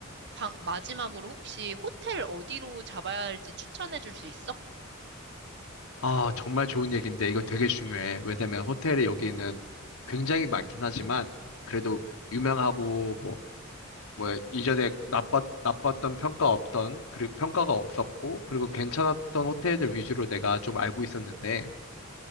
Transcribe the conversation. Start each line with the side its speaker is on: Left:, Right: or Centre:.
Right: 방- 마지막으로 혹시 호텔 어디로 잡아야 할지 추천해 줄 수 있어?
Left: 아, 정말 좋은 얘기인데, 이거 되게 중요해. 왜냐면 호텔이 여기는 굉장히 많긴 하지만, 그래도 유명하고, 뭐, 뭐, 이전에 나빴, 나빴던 평가 없던, 그리고 평가가 없었고, 그리고 괜찮았던 호텔들 위주로 내가 좀 알고 있었는데,